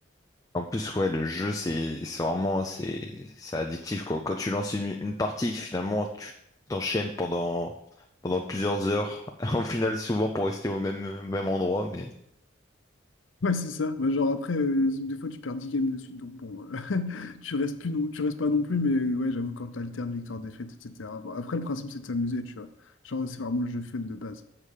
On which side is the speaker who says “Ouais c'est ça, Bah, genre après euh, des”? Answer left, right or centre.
Left